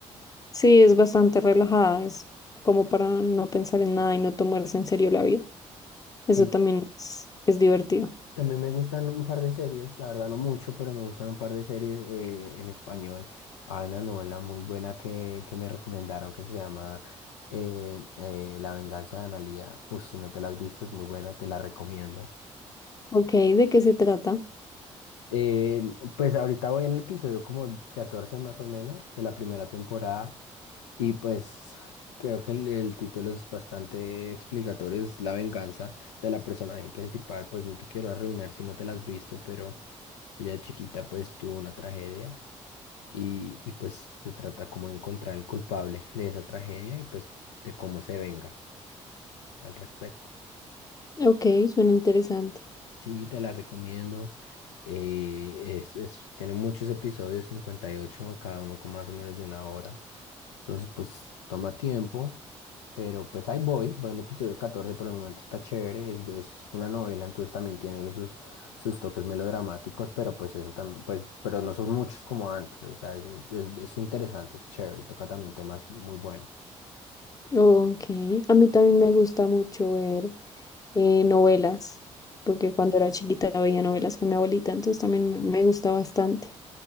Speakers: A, on the left (about 20°); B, on the left (about 70°).
A: sí, es bastante relajada. Es como para no pensar en nada y no tomarse en serio la vida. Eso
B: Y
A: también es, es divertido.
B: También me gustan un par de series, la verdad no mucho, pero me gustan un par de series eh, en español. Hay una novela muy buena que, que me recomendaron que se llama eh, eh, La venganza de Analía. Uy, si no te la has visto, es muy buena, te la recomiendo.
A: Ok, ¿de qué se trata?
B: Eh, pues ahorita voy en el episodio como 14 más o menos de la primera temporada y pues creo que el, el título es bastante explicatorio, es La venganza de la personaje principal. Pues no te quiero arruinar si no te la has visto, pero... Ella de chiquita pues tuvo una tragedia y, y pues se trata como de encontrar el culpable de esa tragedia y pues de cómo se venga al respecto.
A: Ok, suena interesante.
B: Sí, te la recomiendo. Eh, es, es- tiene muchos episodios, 58, cada uno con más o menos de una hora. Entonces pues toma tiempo, Pero pues ahí voy, voy en el episodio catorce por el momento está chévere, es, es una novela, entonces también tiene sus, sus toques melodramáticos, pero pues eso también, pues, pero no son muchos como antes, o sea, es, es, es interesante, es chévere, toca también temas muy buenos.
A: Ok, a mí también me gusta mucho ver eh, novelas, porque cuando era chiquita veía novelas con mi abuelita, entonces también me me gusta bastante.